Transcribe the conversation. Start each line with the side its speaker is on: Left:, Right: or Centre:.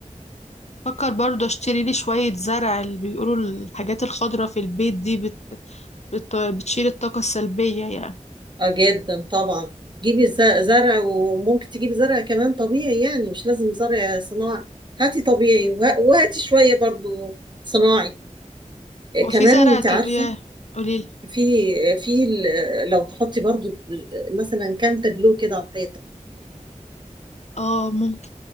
Left: فكر برضه اشتري لي شوية زرع اللي بيقولوا الحاجات الخضرة في البيت دي بت... بت... بتشيل الطاقة السلبية يعني
Right: اه جدا طبعا جيبي الز- زرع وممكن تجيبي زرع كمان طبيعي يعني مش لازم زرع صناعي هاتي طبيعي وه- وهاتي شوية برضو صناعي آه،
Left: هو
Right: كمان
Left: في زرع
Right: انت
Left: طبيعي
Right: عارفة
Left: قوليلي
Right: في في ال- لو تحطي برضو مثلا كام تابلو كده على الحيطة
Left: اه ممكن